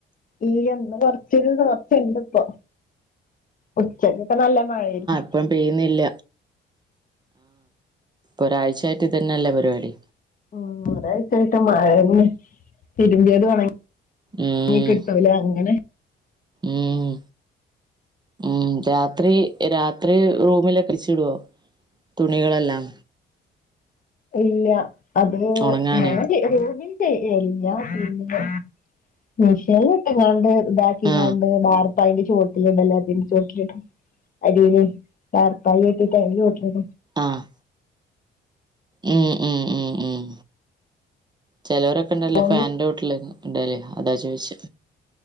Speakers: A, on the left; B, on the right.
A: ഈ ഇന്ന് കൊറച്ചൊരു ചോർച്ച ഇണ്ട് ഇപ്പൊ ഉച്ചക്കക്കെ നല്ല മഴയിരി <unintelligible>
B: അപ്പം പെയ്യുന്നില്ല ഒരാഴ്ചയിട്ട് ഇതന്നെല്ലെ പരിപാടി
A: ഉം ഒരാഴ്ചയിട്ട് മഴെന്നെ തിരുമ്പിയത് ഒണ
B: ഉം
A: ങ്ങി കിട്ടൂലേ അങ്ങനെ
B: ഉം ഉം രാത്രി രാത്രി റൂമിലൊക്കെ വിരിച്ചുടുവോ തുണികളെല്ലാം
A: ഇല്ല അത്
B: ഉണങ്ങാന്
A: ഞാന് റൂമി <unintelligible> മീഷിനില് ഇട്ട്ങ്ങാണ്ട് ഇതാക്കിങ്ങാണ്ട്
B: ആ
A: ദാർപ്പയിന്റെ ചോട്ടിലിണ്ട എല്ലാത്തിന്റെ ചോട്ടിലിട്ടും അടില് ദാർപ്പായ് ഇട്ട് അയ്ന്റെ ചോട്ടിലിടു
B: ആഹ് ഉം ഉം ഉം ഉം ചെലരൊക് ണ്ടല്ല
A: റൂമില്
B: ഫാൻന്റോട്ടില് ഇടല് അതാ ചോയിച്ചെ